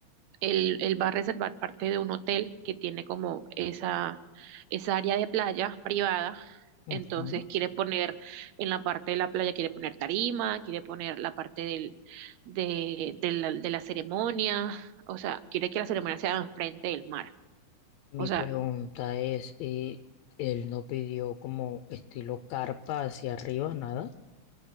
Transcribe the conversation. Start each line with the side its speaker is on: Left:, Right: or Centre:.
Right: él, él va a reservar parte de un hotel que tiene como esa, esa área de playa privada.
Left: Ujú.
Right: Entonces quiere poner en la parte de la playa, quiere poner tarima, quiere poner la parte del, de, de la, de la ceremonia, o sea, quiere que la ceremonia sea enfrente del mar.
Left: Mi
Right: O sea,
Left: pregunta es, eh, él no pidió como estilo carpa hacia arriba, nada.